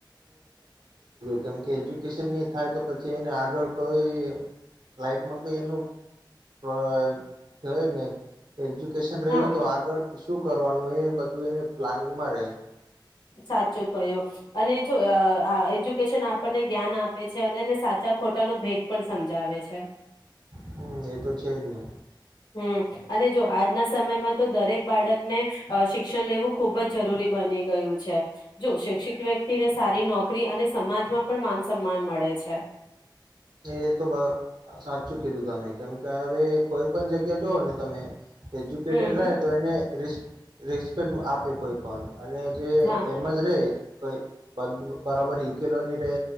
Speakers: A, on the right; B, on the left.
A: કેમકે એજ્યુકેશન ની થાય તો પછી એને આગળ કોઈ લાઈફમાં કોઈ એનું અ થાય જ નઈ. એજ્યુકેશન રહ્યું
B: હા
A: તો આગળ શું કરવાનું એ બધું એને પ્લાનિંગમાં રહે.
B: સાચું કહ્યુ અને જો અ આ એજ્યુકેશન આપણને જ્ઞાન આપે છે અને એને સાચા ખોટાનો ભેદ પણ સમજાવે છે
A: હમ્મ, એ તો છે જ ને.
B: હમ્મ અને જો આજના સમયમાં તો દરેક બાળકને અ શિક્ષણ લેવું ખુબ જ જરૂરી બની ગયું છે. જો શિક્ષિત વ્યક્તિને સારી નોકરી અને સમાજમાં પણ માન સન્માન મળે છે.
A: એ તો સાચું કીધું તમે કેમ કે હવે કોઈ પણ જગ્યા જુઓ ને તમે એજ્યુકેટેડ
B: હમ
A: રહે
B: હમ
A: તો એને રિસ્ રિસ્પેક્ટ આપી કોઈ પણ. અને જે
B: હા
A: એમજ રે કઈ બંધ બરાબર હિકીલો ની રહે